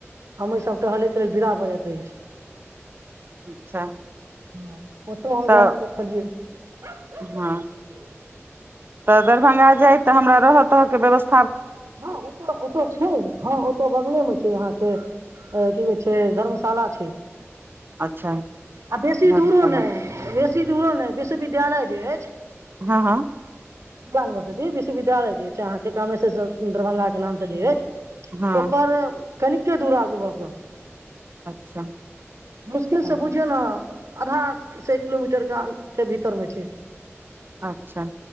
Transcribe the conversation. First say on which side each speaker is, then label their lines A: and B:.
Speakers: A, on the right; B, on the right.
A: हम एहि सब टहले के लेल विदा भऽ जायत रहै छी।
B: अच्छा। <unintelligible>
A: न, <unintelligible> ओतहु हम
B: तऽ
A: जा कऽ देखलियै। <unintelligible>
B: हँ तऽ दरभंगा जाय तऽ हमरा रहऽ तके व्यवस्थ
A: हँ ओतऽ-ओतऽ छै हँ ओ। त ऽबगले मे छै अहाँके की कहै छै धर्मशाला छै।
B: अच्छा
A: आ बेसी
B: धर्मशाला
A: दूरो नै बेसी बेसी दूर नइ विश्वविद्यालय जे अछि।
B: हँ हँ
A: विज्ञान यूनिवर्सिटी विश्वविद्यालय जे छै अहाँके कामेश्वर। दरभंगा के नाम से जे एछ।
B: हँ
A: ओकर कनिके दूर आगू भऽ के।
B: अच्छा
A: मुश्किल
B: हँ
A: से बुझियौ ना। अधा से एक किलोमीटर के अन के भीतर मे छै।
B: अच्छा!